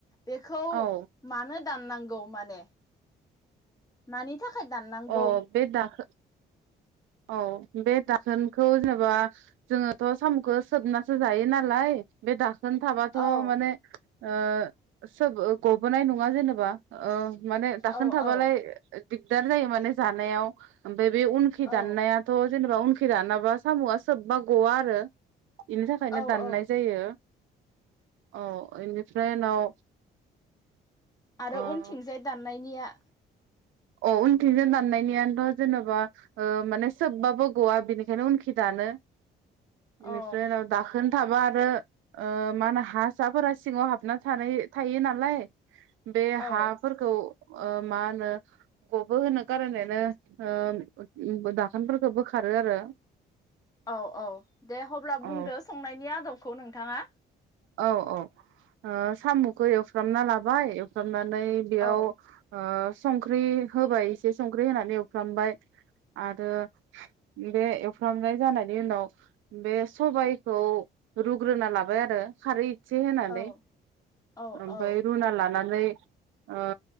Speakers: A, on the left; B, on the right.
A: बेखौ
B: औ
A: मानो दाननांगौ माने? मानि थाखाय दाननांगौ
B: अ बे दाखो। औ बे दाखोनखौ जेनेबा जोङोथ' साम'खौ सोबनासो जायो नालाय बे दाख दाखोन थाबाथ'
A: औ
B: माने ओ सोब गबोनाय नङा जेनेबा ओ माने दाखोन
A: औ
B: थाबालाय
A: औ
B: दिगदार जायो माने जानायाव ओमफ्राय बे
A: औ
B: दाननायाथ' जेनेबा उनखै दानाबा साम'आ सोबबा गवा आरो। बेनि थाखायनो
A: औ
B: दाननाय
A: औ
B: जायो। औ इनिफ्राय उनाव
A: आरो
B: ओ
A: उनथिंजाय दाननायनिया
B: अ उनथिंजों दाननायनियथ' जेन'बा ओ माने सोबबाबो गआ बिनिखायनो उनखि दानो।
A: औ
B: बेनिफ्राय उनाव दाखोन थाबा आरो ओ मा होनो हा साफोरा सिङाव हाबना थानाय थायो ना लाय बे
A: औ
B: हाफोरखौ अ मा होनो गबो होनो खारनैनो ओ दाखोनफोरखौ बोखारो आरो
A: औ औ दे हब्ला बुंदो
B: औ
A: संनायनि आदब खौ नोंथाङा।
B: औ औ ओ साम'खौ एवफ्रामना लाबाय एवफ्रामना नै बेयाव
A: औ
B: ओ संख्रि होबाय एसे संख्रि होनानै एवफ्रामबाय आरो बे एवफ्रामनाय जानायनि उनाव बे सबायखौ रुग्रोना लाबाय आरो खारि से होनानै
A: औ औ
B: ओमफ्राय
A: औ
B: रुना लानानै ओ